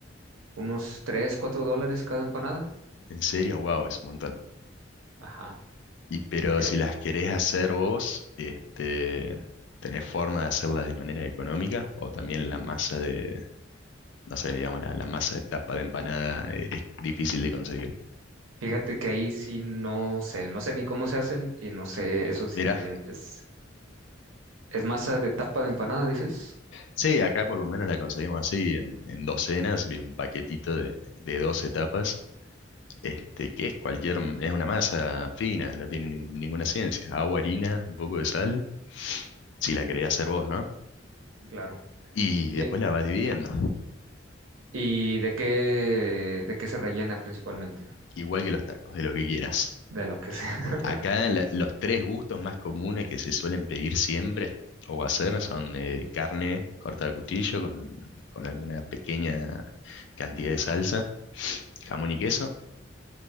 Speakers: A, on the right; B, on the left.
A: unos 3, 4 dólares cada empanada.
B: En serio, wow, es un montón.
A: Ajá.
B: Y pero
A: Eh,
B: si las querés hacer vos, este, ¿tenés forma de hacerlas de manera económica? O también la masa de, no sé, digamos, la, la masa de tapa de empanada eh, es difícil de conseguir.
A: fíjate que ahí sí no sé, no sé ni cómo se hacen y no sé esos
B: Mira,
A: ingredientes. ¿Es masa de tapa de empanada, dices?
B: sí, acá por lo menos la conseguimos así, en, en docenas, vi un paquetito de, de 12 tapas, este, que es cualquier, es una masa fina, no tiene ni- ninguna ciencia. Agua, harina, un poco de sal, si la querés hacer vos, ¿no?
A: Claro.
B: Y
A: Y-
B: después la vas dividiendo,
A: ¿Y de qué, de qué se rellena principalmente?
B: igual que los tacos, de lo que quieras.
A: De lo que sea.
B: Acá la- los tres gustos más comunes que se suelen pedir siempre o hacer son eh, carne cortada a cuchillo con, con alguna pequeña cantidad de salsa, jamón y queso